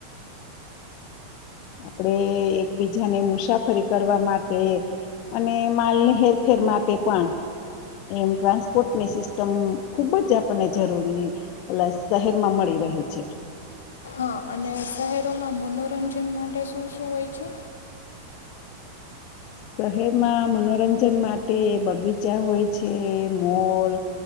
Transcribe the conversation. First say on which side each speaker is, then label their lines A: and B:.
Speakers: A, on the left; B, on the left.
A: આપણે એકબીજાને મુસાફરી કરવા માટે અને માલની હેરફેર માટે પણ એમ ટ્રાન્સપોર્ટની સિસ્ટમ ખુબ જ આપણને જરૂરી પલસ શહેરમાં મળી રહે છે.
B: હા અને શહેરોમાં મનોરંજન માટે શું શું હોય છે.
A: શહેરમાં મનોરંજન માટે બગીચા હોય છે મોલ